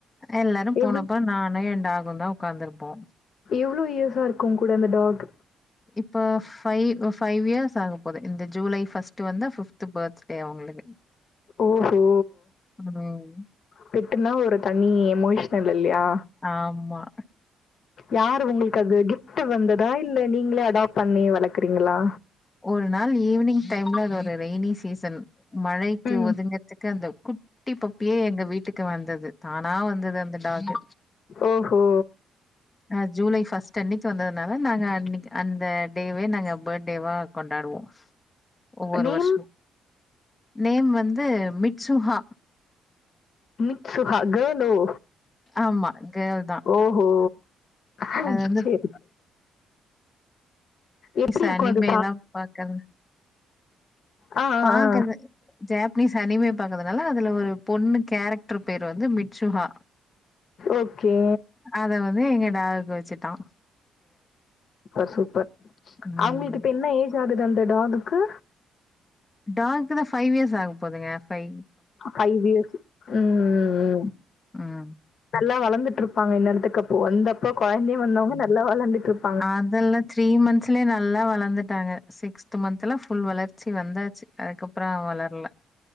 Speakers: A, on the left; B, on the left.
A: எல்லாரு
B: எவ்ளோ
A: போனப்பறோ நானு எ டாகுதா தா உக்காந்துருப்போ
B: எவ்ளோ இயர்ஸா இருக்கு உங்கூட அந்த டாக்
A: இப்ப ஃபைவ் ஃபைவ் இயர்ஸ் ஆக போது இந்த ஜூலை பஸ்ட்டு வந்தா பிப்த் பர்த்டே அவங்களுக்கு
B: ஓஹோ
A: ம்.
B: பெட்டுன்னா ஒரு தணி எமோஷனல் இல்லயா
A: ஆம்மா
B: யாரு உங்களுக்கு அது கிஃப்ட்டு வந்ததா இல்ல நீங்களே அடாப்ட் பண்ணி வளக்குறீங்களா
A: ஒரு நாள் ஈவினிங் டைம்ல அது ஒரு ரெய்னி சீசன் மழைக்கு
B: ம்.
A: ஒதுங்க துக்கு அந்த குட்டி பப்பியே எங்க வீட்டுக்கு வந்தது தானா வந்தது அந்த டாக்கு
B: ஓஹோ
A: ஆ ஜூலை ஃபர்ஸ்ட்டு அன்னைக்கு வந்ததுனால நாங்க அன் அந்த டேவே நாங்க பர்டேவா கொண்டாடுவோ ஒவ்வொரு
B: நேம்
A: வருஷமு நேம் வந்து மிட்சுஹா
B: மிட்சுகா கேர்ள் ஓ
A: ஆமா கேர்ள் தான்.
B: ஓஹோ அ
A: அது வந்து
B: ச எப்படி
A: சனிமேல்லாம்
B: இருக்கும் அது
A: பாக்க
B: ஆ, ஆ,
A: பாக்கது
B: ஆ.
A: ஜாப்பனீஸ் அனிமை பாக்கறதுனால அதுல ஒரு பொண்ணு கேரக்டர் பேர் வந்து மிட்சுஹா
B: ஓகே
A: அத வந்து எங்க டாகுக்கு வச்சுட்டா
B: பர் சூப்பர்
A: ம்.
B: அவங்களுக்கு இப்ப என்ன ஏஜ் ஆகுது அந்த டாகுக்கு
A: டாக்கு தா ஃபைவ் இயர்ஸ் ஆக போதுங்க ஃபைவ்
B: ஃபைவ் இயர்ஸ் ம் ம் ம்
A: ம்.
B: நல்லா வளந்துட்ருப்பாங்க இன்னேர்த்துக்கு அப்போ வந்தப்போ கொழந்தையா வந்தவங்க நல்லா வளர்ந்துட்ருப்
A: அதெல்லா த்ரீ மந்த்ஸ்லயே நல்லா வளந்துட்டாங்க சிக்ஸ்த் மந்த்துல்லா புல் வளர்ச்சி வந்தாச்சு அதுக்கப்பற அவ வளர்ல